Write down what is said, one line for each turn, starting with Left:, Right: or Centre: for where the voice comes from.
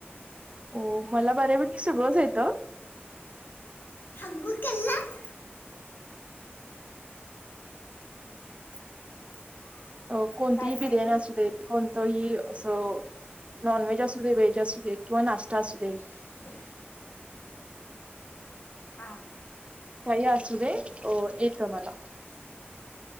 Right: हो मला बऱ्यापैकी सगळंच येतं.
Left: हग्गु केलास. <inaudible>
Right: अ कोणतीही
Left: काय काय
Right: बिर्याणी
Left: येतं?
Right: असू दे. कोणतंही असं नॉन व्हेज असू दे, व्हेज असू दे किंवा नाश्ता असू दे.
Left: <inaudible> हा.
Right: काही असू दे अ येत मला.
Left: <unintelligible>